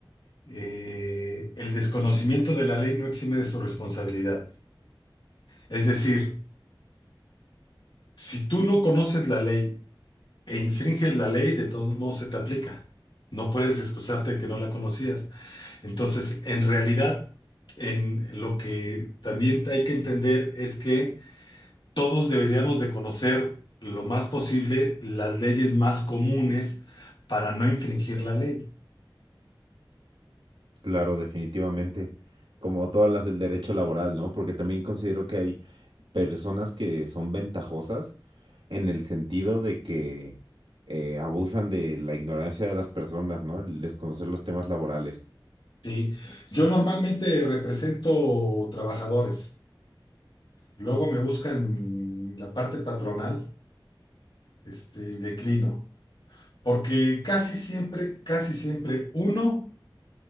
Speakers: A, on the left; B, on the right.
A: eh, el desconocimiento de la ley no exime de su responsabilidad. Es decir, si tú no conoces la ley e infringes la ley, de todos modos se te aplica. No puedes excusarte de que no la conocías. Entonces, en realidad, en lo que también hay que entender es que todos deberíamos de conocer lo más posible las leyes más comunes para no infringir la ley.
B: Claro, definitivamente. Como todas las del derecho laboral, ¿no? Porque también considero que hay personas que son ventajosas en el sentido de que eh, abusan de la ignorancia de las personas, ¿no? El desconocer los temas laborales.
A: ¿sí? Yo normalmente represento trabajadores. Luego me buscan la parte patronal, este, y declino, porque casi siempre, casi siempre, uno,